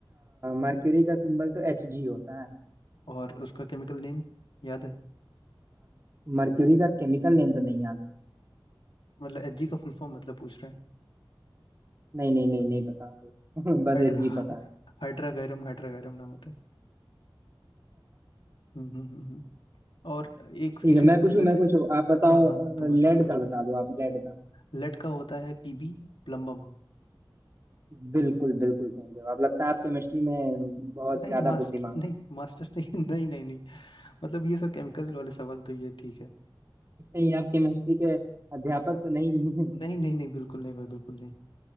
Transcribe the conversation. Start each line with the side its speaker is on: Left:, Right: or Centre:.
Right: मर्क्यूरी का सिंबल तो एच जी होता है
Left: और उसका केमिकल नेम याद है
Right: मर्क्यूरी का केमिकल नेम तो नहीं याद है
Left: मतलब एच जी का फुल फॉर्म मतलब पूछ रहे हैं
Right: नहीं नहीं नहीं नहीं पता मुझे। <laughs> बस
Left: हाइड्रा
Right: एच जी पता है
Left: हाइड्रागैरम हाइड्रागैरम नाम होता है हम्म हम्म हम्म हम्म। और एक
Right: ठीक
Left: इसी
Right: है
Left: से
Right: मैं पूछूं
Left: पूछ लेते
Right: मैं पूछूं
Left: हैं
Right: आप बताओ
Left: हाँ हाँ हाँ तुम पूछ
Right: लेड
Left: लो तुम पूछ
Right: का
Left: लो
Right: बता दो आप लेड का
Left: लेड का होता है पीबी प्लम्बम
Right: बिल्कुल बिल्कुल सही जवाब लगता है आप केमिस्ट्री में बहुत
Left: नहीं
Right: ज्यादा
Left: मास्टर
Right: बुद्धिमान
Left: नहीं
Right: है
Left: मास्टर नहीं <laughs> नहीं नहीं नहीं मतलब ये सब केमिकल वाले सवाल तो ये ठीक है
Right: <laughs> नहीं आप केमिस्ट्री के अध्यापक तो नहीं हैं।
Left: नहीं नहीं नहीं बिल्कुल नहीं भाई बिल्कुल नहीं